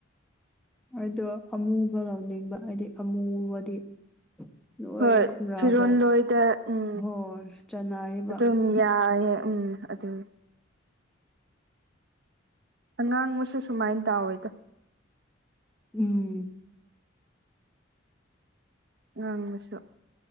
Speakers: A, in the centre; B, on the right.
A: ꯑꯩꯗꯣ ꯑꯃꯨꯕ ꯂꯧꯅꯤꯡꯕ ꯍꯥꯏꯗꯤ ꯑꯃꯨꯕꯗꯤ ꯅꯣꯏ
B: ꯍꯣꯏ
A: ꯈꯨꯡꯒ꯭ꯔꯥꯎꯗ
B: ꯐꯤꯔꯣ ꯂꯣꯏꯗ ꯎꯝ
A: ꯍꯣꯏ ꯆꯅꯥꯏꯕ
B: ꯑꯗꯨꯝ ꯌꯥꯏꯑꯦ ꯎꯝ ꯑꯗꯨ ꯑꯉꯥꯡ ꯑꯃꯁꯁꯨ ꯁꯨꯃꯥꯏꯅ ꯇꯥꯎꯋꯦꯗ
A: ꯎꯝ
B: ꯉꯥꯡꯕꯁꯨ